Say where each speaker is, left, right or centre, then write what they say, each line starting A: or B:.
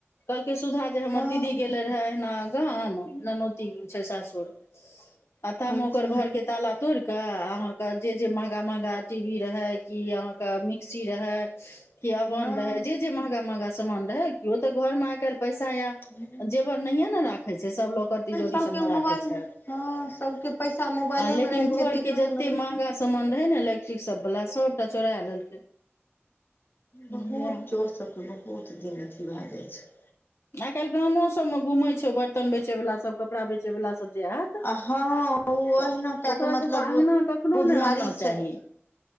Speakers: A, on the left (about 75°); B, on the left (about 55°).
A: कहलकै सुधा जे हमर
B: हँ
A: दीदी गेलै रहे एहिना गाम ननौती छै सासुर आथाम
B: अच्छा
A: ओकर घर के ताला तोड़ के के अहाँके जे जे महंगा महंगा टी वी रहय कि अहाँके मिक्सी रहै क अवन
B: हँ
A: रहे जे महंगा महंगा सामान रहे केो ते घर में आइ काल्हि पैसा या
B: ह <inaudible>
A: र नहिय ने राखे छै सब लोक तिजोरी
B: सबके
A: सब मे
B: मोबाइल
A: राखे छै
B: हँ सबके पैसा मोबाइले
A: आ लेकिन
B: मे रहे
A: घरके
B: छै तिजोरी
A: जतेक
B: मे रहे
A: महँगा
B: छै
A: सामान रहै ने इलेक्ट्रिक सबवला सभटा चोरा लेलकै बुझलियै
B: बहुत चोर सबके बहुत दिन अथी भए जाइ छै
A: आइ काल्हि गामोसभमे घूमै छौ बर्तन बेचयवलाास सभ कपड़ा बेचयवलाास सभ जे आत तऽ
B: आ हँ ओ अहिना कए
A: ओकरा
B: कऽ मतलब
A: सबके अङगना कखनो
B: बुधियारी
A: नहि आनना
B: से
A: चाहि